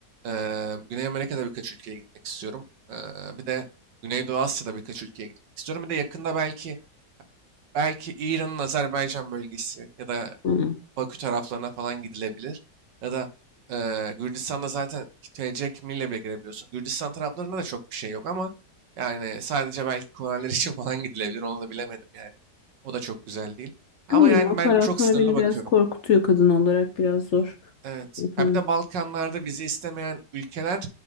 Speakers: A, on the right (about 80°); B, on the left (about 55°).
A: eee, Güney Amerika'da birkaç ülkeye gitmek istiyorum. Eee, bir de Güneydoğu Asya'da birkaç ülkeye gitmek istiyorum. Bir de yakında belki belki İran'ın Azerbaycan bölgesi ya da
B: hı.
A: Bakü taraflarına falan gidilebilir. Ya da eee Gürcistan'da zaten TC kimliğiyle bile girebiliyorsun. Gürcistan taraflarında da çok bir şey yok ama yani sadece belki kurallar <laughs> için falan gidilebilir. Onu da bilemedim yani. O da çok güzel değil. Ama
B: Bilmiyorum
A: yani
B: o
A: ben
B: taraflar
A: çok sınırlı
B: beni
A: bakıyorum.
B: biraz korkutuyor kadın olarak biraz zor.
A: Evet.
B: O taraf.
A: Ha bir de Balkanlarda vize istemeyen ülkeler